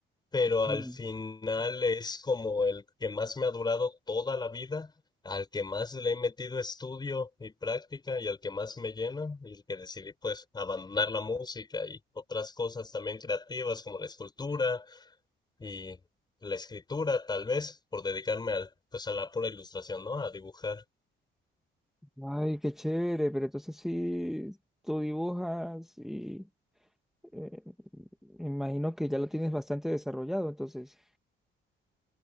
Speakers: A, on the left; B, in the centre.
A: pero al
B: Mm.
A: final es como el que más me ha durado toda la vida, al que más le he metido estudio y práctica y al que más me llena y el que decidí pues abandonar la música y otras cosas también creativas como la escultura y la escritura tal vez por dedicarme al pues a la pura ilustración, ¿no? A dibujar.
B: Ay, qué chévere, pero entonces sí, tú dibujas y... Eh, imagino que ya lo tienes bastante desarrollado, entonces.